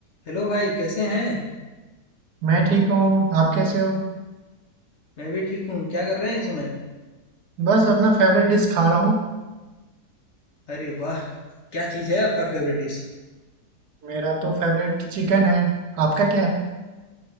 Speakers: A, on the left; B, on the right.
A: हेलो भाई कैसे हैं
B: मैं ठीक हूँ आप कैसे हो
A: मैं भी ठीक हूँ क्या कर रहे हैं इस समय
B: बस अपना फेवरेट डिश खा रहा हूँ
A: अरे वाह क्या चीज़ है आपका फेवरेट डिश
B: मेरा तो फेवरेट चिकन है आपका क्या है